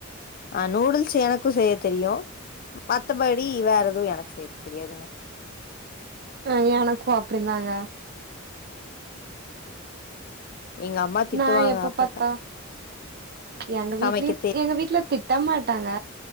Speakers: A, on the left; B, on the right.
A: அ நூடுல்ஸ் எனக்கு செய்ய தெரியு மத்தபடி வேற எதுவு எனக் செய்யத் தெரியாதுங்க
B: அ எனக்கு அப்டிந்தாங்க
A: எங்க அம்மா திட்டுவாங்க
B: நா எப்ப
A: அப்பப்ப
B: பாத்தா எங்க
A: சமைக்க
B: வீட்லயு எங்க வீட்ல திட்ட மாட்டாங்க